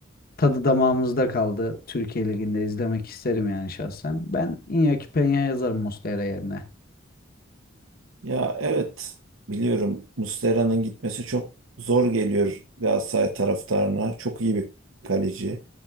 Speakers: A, on the left (about 50°); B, on the right (about 85°).
A: tadı damağımızda kaldı. Türkiye Ligi'nde izlemek isterim yani şahsen. Ben Iñaki Peña yazarım Muslera yerine.
B: Ya evet biliyorum Muslera'nın gitmesi çok zor geliyor Galatasaray taraftarına. Çok iyi bir kaleci.